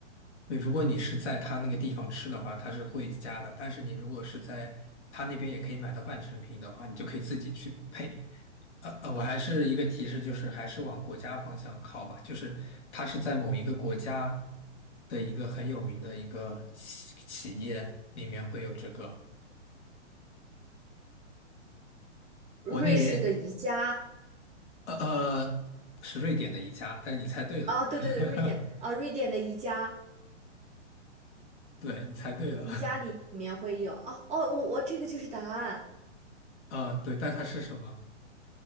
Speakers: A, on the left; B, on the right.
A: 对，如果你是在它那个地方吃的话，它是会加的，但是你如果是在它那边也可以买到半成品的话，你就可以自己去配。呃呃，我还是一个提示，就是还是往国家方向靠吧，就是它是在某一个国家的一个很有名的一个企企业里面会有这个，
B: 瑞士的宜家
A: 国内也呃，呃是瑞典的一家，但是你猜对了，
B: 啊，对对对，
A: <laughs>
B: 瑞典啊，瑞典的宜家。
A: 对，你猜对了，
B: 宜家里面会有哦哦，我我这个就是答案
A: <laughs> 呃，对，但它是什么？